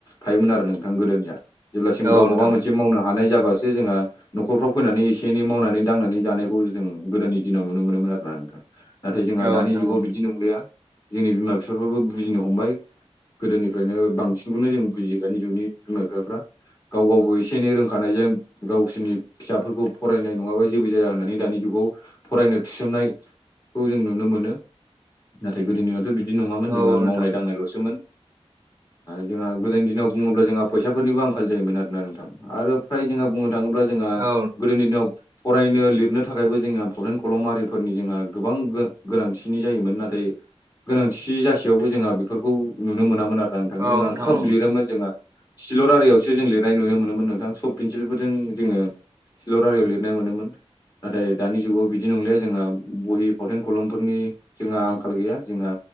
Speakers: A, on the left; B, on the right.
A: थायोमोन आरो नोंथां गोदोनिया जेब्लासिम
B: औ
A: गाव
B: नोंथां
A: माबा मोनसे मावनो हानाय जाबासो जोंहा न'खरफ्राव फैनानै एसे एनै मावनानै दांनानै जानायखौ जों गोदोनि दिनाव नुनो मोनोमोन आरोना नोंथां नाथाय जोंहा
B: औ
A: दानि
B: नोंथां
A: जुगाव बिदि नंलिया जोंनि बिमा बिफाफ्राबो बुजिनो हमबाय गोदोनिफ्रायनो बांसिनखौनो जों बुजियो दानि जुगनि बिमा बिफाफ्रा गाव गावबो एसे एनै रोंखानायजों गावसिोरनि फिसाफोरखौ फरायनाय नङाबा जों जिबो जाया होननानै दानि जुगाव फरायनो थिसोमनायखौ जों नुनो मोनो नाथाय गोदोनि बिदि नङामोन जोंहा
B: औ नोंथां
A: मावनाय दांनायल'सोमोन जोंहा गोदोनि दिनाव बुङोब्ला जोंहा फैसाफोरनिबो आंखाल जायोमोन आरोना नोंथां आरो फाय जोंहा बुङोब्ला थाङोब्ला जोंहा
B: औ औ नोंथां औ
A: गोदोनि दिनाव फरायनो लिरनो थाखायबो जोंङो <unintelligible> खलमारिफोरनि जोंहा गोबां गोनांथिनि जायोमोन नाथाय गोनांथि जासेयावबो जोंहा बेफोरखौ नुनो मोनामोन आरो नांथां जोंहा
B: नोंथां
A: खोब लिरोमोन जोङो सिलर आरियावसो जों लिरनाय नुनो मोनोमोन नोंथां सफ पेन्सिलफोरजों जोङो सिल' रारियाव लिरनाय मोनोमोन नाथाय दानि जुगाव बिदि नंलिया जोंहा बहि फावथेन खलमफोरनि जोंहा आंखाल गैया जोंहा